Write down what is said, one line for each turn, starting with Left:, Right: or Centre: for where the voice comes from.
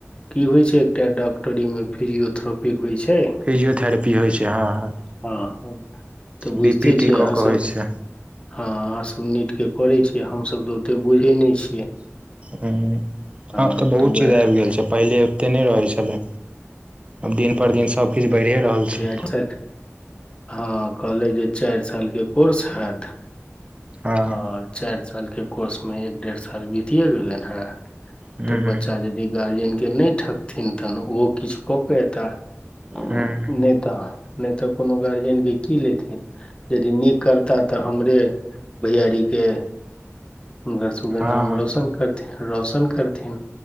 Left: की होइ छैय एकटा डॉक्टरीमे फिजियोथेरपी होइ छैय।
Right: फिजियोथेरपी होइ छैय हँ- हँ।
Left: हँ तऽ बुझिते
Right: बी पी टी
Left: छी अहाँसभ।
Right: कऽ कऽ होइ छै
Left: हँ अहाँसभ नीटके करैत छियै हमसभ तऽ ओतेक बुझैत नहि छियै।
Right: हूँ
Left: हँ
Right: आब तऽ बहुत चीज
Left: वैह
Right: आबि गेल छैय पहिले। एते नै रहै छलै आब दिन पर दिन सब। किछ बढ़िये रहल।
Left: <inaudible>
Right: छै
Left: हँ कहलै जे चारि सालके कोर्स हैत।
Right: हँ
Left: ह चारि सालके कोर्समे एक डेढ़ साल बीतिए गेलन हेँ।
Right: ह
Left: तऽ बच्चा यदि गार्जियनके नहि ठकथिन तहन ओ किछ कऽक ऐयताह।
Right: ह
Left: नै तऽ नहि त कोनो गार्जियनके की लेथिन यदि नीक करताह तँ हमरे। भैयारीके। हमरा सभके
Right: हँ
Left: नाम रोशन करथिन रौशन करथिन।